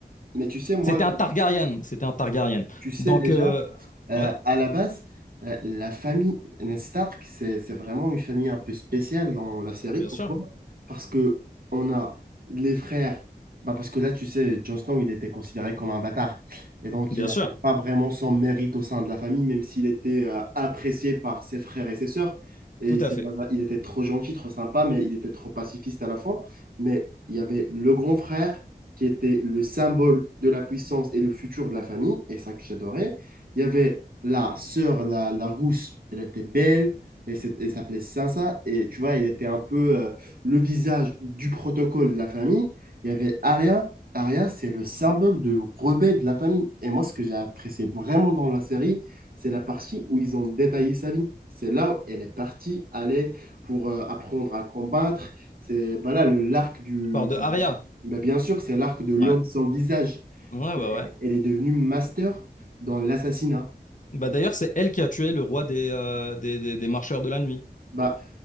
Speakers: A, on the right (about 65°); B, on the left (about 50°).
A: Mais tu sais, moi,
B: C'était un Targaryen, c'était un Targaryen.
A: Tu sais
B: Donc,
A: déjà,
B: euh,
A: euh,
B: ouais,
A: à la base, euh, la famille Ned Stark, c'est c'est vraiment une famille un peu spéciale dans la série.
B: bien
A: Pourquoi?
B: sûr,
A: Parce que on a les frères. Bah parce que là, tu sais, Jon Snow, il était considéré comme un bâtard. Et donc,
B: bien
A: il n'avait
B: sûr,
A: pas vraiment son mérite au sein de la famille, même s'il était euh, apprécié par ses frères et ses sœurs. Et
B: tout
A: c'est-
B: à fait.
A: il était trop gentil, trop sympa, mais il était trop pacifiste à la fois. Mais il y avait le grand frère qui était le symbole de la puissance et le futur de la famille, et ça que j'adorais. Il y avait la sœur, la, la rousse, elle était belle, et c'est- elle s'appelait Sansa, et tu vois, elle était un peu euh, le visage du protocole de la famille. Il y avait Arya, Arya, c'est le symbole de rebelle de la famille. Et moi, ce que j'ai apprécié vraiment dans la série, c'est la partie où ils ont détaillé sa vie. C'est là où elle est partie aller pour euh, apprendre à combattre. C'est voilà le l'arc du,
B: Je parle de Arya.
A: mais bien sûr, c'est l'arc de l'homme
B: Ouais,
A: sans visage.
B: ouais,
A: C'est-
B: ouais, ouais.
A: Elle est devenue master dans l'assassinat.
B: Bah d'ailleurs, c'est elle qui a tué le roi des, euh, des, des des marcheurs de la nuit.
A: Bah,